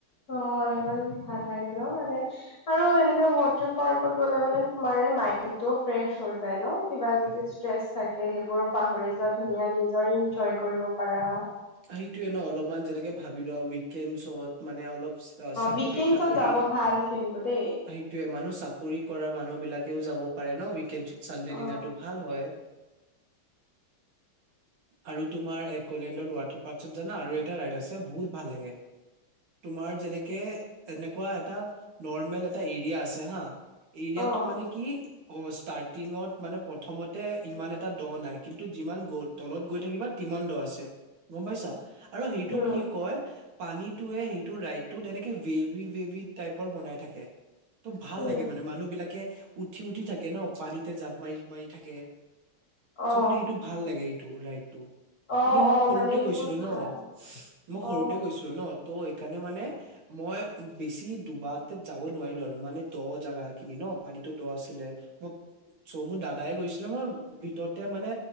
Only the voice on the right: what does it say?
সেইটোৱে ন'? অলপমান, যেনেকে ভাবি লোৱা উইকেণ্ডছত মানে অলপ অ' চাকৰি-তাকৰি।
সেইটোৱে, মানুহ চাকৰি কৰা মানুহবিলাকেও যাব পাৰে ন', উইকেণ্ডছত? চানডে
দিনাটো ভাল হয়। আৰু তোমাৰ একোলেণ্ডত ৱাটাৰ পাৰ্কছত জানা? আৰু এটা ৰাইড আছে, বহুত ভাল লাগে। তোমাৰ যেনেকে এনেকুৱা এটা নৰ্মেল এটা এৰিয়া আছে, হা। এৰিয়াটো
মানে কি অ ষ্টাৰ্টিংত মানে প্ৰথমতে ইমান এটা দ নাই কিন্তু যিমান গ'ল থাকিবা তিমানড আছে গম পাইছা আৰু সেইটো
কি কয় পানীটোৱে সেইটো ৰাইডটোত এনেকে ভেবি ভেবি টাইপৰ বনাই থাকে। ত ভাল
লাগে মানে মানুহ বিলাকে উঠি উঠি থাকে ন পানীতে জাপ মাৰি মাৰি থাকে
চ' মানে সেইটো ভাল লাগে এইটো ৰাইডটো।
কিন্তু মই
সৰুতে
গৈছিলো
ন মই সৰুতে
গৈছিলো ন ত' এইকাৰণে মানে মই বেছি দুবাত তাত যাব নোৱাৰিলো আৰু মানে দ জাগা খিনি ন। পানীতো দ আছিলে মই চ মোৰ দাদাই গৈছিলে মই ভিতৰতে মানে